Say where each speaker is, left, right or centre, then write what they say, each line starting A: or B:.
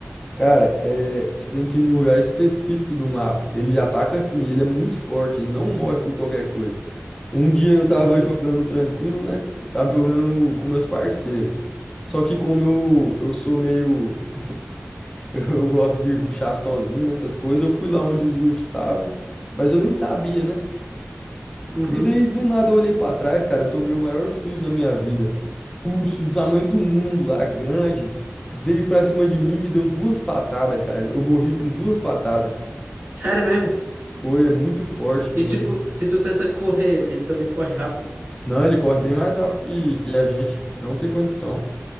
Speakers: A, on the left; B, on the right.
A: Cara, é, você tem que ir num lugar específico do mapa. Ele ataca assim, ele é muito forte, ele não morre por qualquer coisa. Um dia eu tava
B: Uhum,
A: jogando tranquilo, né? Tava jogando com meus parceiros. Só que como eu, eu sou meio. <laughs> Eu, eu gosto de rushar sozinho, essas coisas, eu fui lá onde os ursos estavam, mas eu nem sabia, né?
B: uhum.
A: E daí do nada eu olhei pra trás, cara, eu tomei o maior susto da minha vida. Um urso do tamanho do mundo lá, grande, veio pra cima de mim e me deu duas patadas, cara. Eu morri com duas patadas.
B: <laughs> Sério mesmo?
A: Foi, é muito forte. Não,
B: E tipo, se tu tenta correr, ele também corre rápido.
A: não, ele corre bem mais rápido que, que a gente. Não tem condição.